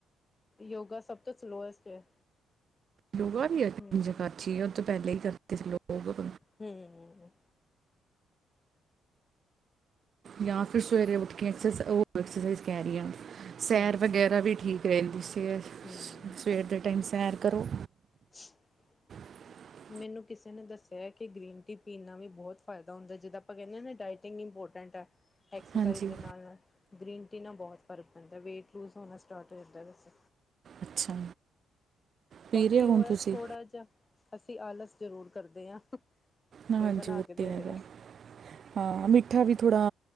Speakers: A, on the left (about 25°); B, on the right (about 50°).
A: ਯੋਗਾ ਸਭ ਤੋਂ ਸਲੋਐਸਟ ਹੈ।
B: ਯੋਗਾ ਵੀ ਅਜ
A: ਹਮ
B: ਕਰਾਚੀ ਉਹ ਤੋਂ ਪਹਿਲੇ ਹੀ ਕਰਦੇ ਸੀ ਲੋਕ।
A: ਹਮ।
B: ਜਾਂ ਫਿਰ ਸਵੇਰੇ ਉੱਠ ਕੇ ਉਹ ਐਕਸਰਸਾਈਜ਼ ਕਰ ਰਆਂ। ਸੈਰ
A: ਹਮ
B: ਵਗੈਰਾ ਵੀ ਠੀਕ। ਫਿਰ ਇਦੀ ਸ
A: ਹਮ
B: ਸਵੇਰ ਦੇ ਟਾਈਮ ਸੈਰ ਕਰੋ।
A: <inaudible>
B: <inaudible>
A: ਮੈਨੂੰ ਕਿਸੇ ਨੇ ਦੱਸਿਆ ਕਿ ਗ੍ਰੀਨ ਟੀ ਪੀਣ ਨਾਲ ਵੀ ਬਹੁਤ ਫਾਇਦਾ ਹੁੰਦਾ ਹੈ ਜਿਦਾਂ ਆਪਾਂ ਕਹਿੰਦੇ ਹ ਨਾ ਡਾਇਟ ਕਿੰ ਇੰਪੋਰਟੈਂਟ ਹੈ। ਐਕਸਰਸਾਈਜ਼
B: ਹਾਂਜੀ
A: ਦੇ ਨਾਲ ਨਾਲ ਗ੍ਰੀਨ ਟੀ ਨਾਲ ਬਹੁਤ ਫਰਕ ਪੈਂਦਾ ਵੇਟ ਲੂਜ਼ ਹੋਣਾ ਸਟਾਰਟ ਹੋ ਜਾਂਦਾ ਦਸ।
B: ਅੱਛਾ। ਪੀ
A: ਬਾਕੀ
B: ਰਹੇ ਹੋ ਹੁਣ
A: ਉਹ ਹੈ
B: ਤੁਸੀਂ
A: ਥੋੜਾ ਜਿਹਾ, ਅਸੀਂ ਆਲਸ ਜ਼ਰੂਰ ਕਰਦੇ ਹਾਂ। ਕੋਈ
B: ਹਾਂਜੀ
A: ਬਣਾ
B: ਉਹ
A: ਕੇ ਦੇ
B: ਤੇ ਹੈਗਾ
A: ਦੇ।
B: ਹਾਂ। ਮਿੱਠਾ ਵੀ ਥੋੜਾ